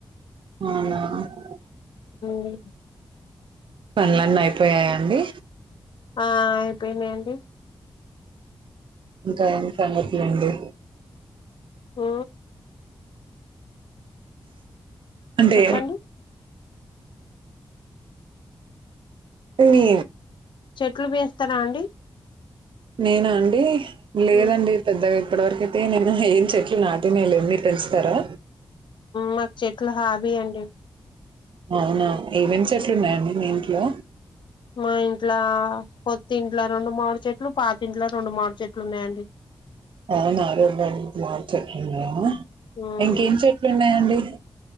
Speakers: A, on the right; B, on the left.
A: అలా <unintelligible>
B: ఉ <unintelligible>
A: పనులన్నీ అయిపోయాయండి
B: ఆ అయిపోయినాయండి
A: ఇంకా ఎం సంగతులండి
B: ఆ
A: అంటే
B: చెప్పండి
A: మీ
B: చెట్లు పెంచుతరా అండి
A: నేనా అండి లేదండి
B: ఉమ్,
A: పెద్దగా ఇప్పటివరకైతే నేను ఏం చెట్లు నాటినే లే మీరు పెంచుతారా
B: మాకు చెట్లు హాబీ అండి
A: అవునా ఏం ఎం చేట్లున్నాయండి మీ ఇంట్లో
B: మా ఇంట్ల కొత్తి ఇంట్ల రెండు మామిడి చెట్లు పాతింట్లో రెండు మామిడు చెట్లు ఉన్నాయండి
A: అవు నా రెండు మామిడిచెట్లు ఉన్నాయామ
B: ఉమ్,
A: ఇంకేం చెట్లు ఉన్నాయండి